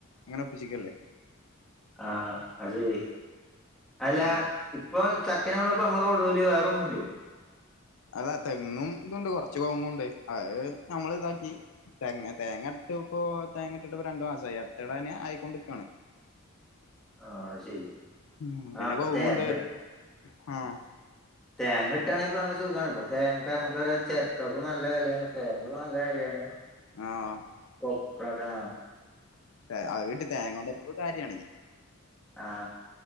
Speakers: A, on the left (about 75°); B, in the centre.
A: അങ്ങനെ ഒപ്പിച്ചിക്കല്ലേ.
B: ആഹ് അതെയ് അല്ലാ
A: ഉം
B: ഇപ്പൊ ചക്കനെള്ളൂ ഇപ്പൊ നമ്മളെ തൊടൂല് വേറൊന്നുല്ലേ
A: അല്ല തെങ്ങും ഇതുണ്ട് കൊ റച്ച് കൗങ്ങുംണ്ട് അത് നമ്മള് ഇതാക്കി. തെങ്ങ് തേങ്ങ ഇട്ട്പ്പോ തേങ്ങട്ടിട്ട്പ്പൊ രണ്ടു മാസായി അടുത്തിടെന്നെ ആയിക്കൊണ്ട്ക്കാണ്.
B: ആ ശരി
A: ഉം പിന്നെ
B: ആ ഇപ്പൊ
A: കൗങ്ങുണ്ട്
B: തേങ്ങ
A: ആഹ്
B: തേങ്ങകിട്ടാണെങ്ങിപ്പൊ നല്ല സുഖാണ് ഇപ്പോ തേങ്ങക്ക് നമുക്ക് ചെരട്ടക്കും നല്ല വെലേണ്. തേങ്ങക്കും നല്ല വെലേണ്.
A: ആഹ്
B: കൊപ്രടാ
A: തെ അഹ്ട്ടി തേങ്ങ കൊണ്ട കാര്യണേയ്
B: ആ